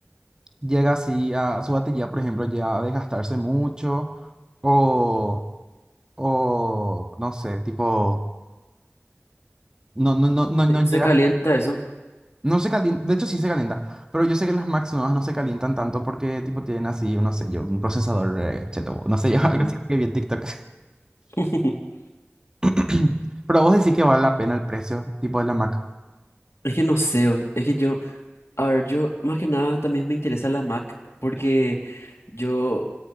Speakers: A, on the right (about 15°); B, on the left (about 75°).
A: llega así a su batería, por ejemplo, llega a desgastarse mucho o, o no sé, tipo, no, no, no, no,
B: ¿Y se,
A: no
B: y
A: llega,
B: se calienta eso?
A: no se calienta, de hecho sí se calienta, pero yo sé que las Macs nuevas no se calientan tanto porque tipo tienen así, no sé yo, un procesador eh, cheto, no sé yo,
B: Ujú.
A: <laughs> algo así que vi en TikTok.
B: <laughs>
A: <clears throat> Pero vos decís que vale la pena el precio, tipo de la Mac.
B: Es que no sé, o- es que yo... A ver, yo más que nada también me interesa la Mac porque yo